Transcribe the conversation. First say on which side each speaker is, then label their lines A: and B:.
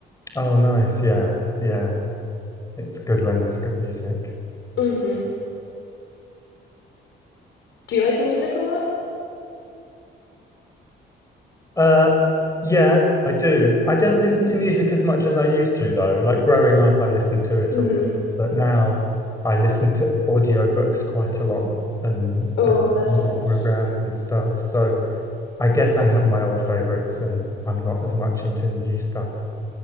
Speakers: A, on the left; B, on the left.
A: oh, nice. Yeah. Yeah. It's good when there's good music.
B: hmm Do you like music a lot?
A: Uh, yeah, I do. I don't listen to music as much as I used to, though. Like growing up, I listened to it
B: hmm
A: a lot, but now I listen to audiobooks quite a lot and,
B: Oh,
A: and
B: that's
A: music
B: nice.
A: programs and stuff. So I guess I have my old favorites and I'm not as much into new stuff.